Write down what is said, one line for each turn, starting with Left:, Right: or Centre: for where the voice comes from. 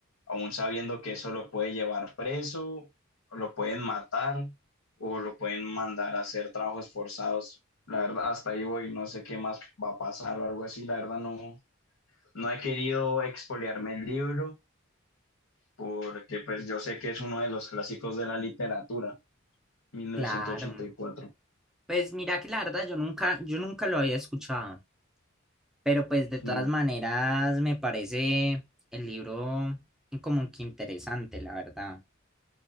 Left: aún sabiendo que eso lo puede llevar preso, o lo pueden matar o lo pueden mandar a hacer trabajos forzados. La verdad, hasta ahí voy, no sé qué más va a pasar o algo así. La verdad, no, no he querido expoliarme el libro porque pues yo sé que es uno de los clásicos de la literatura, 1984.
Centre: Claro. Pues mira que la verdad yo nunca, yo nunca lo había escuchado, pero pues de todas
Left: Mm.
Centre: maneras me parece el libro como que interesante, la verdad.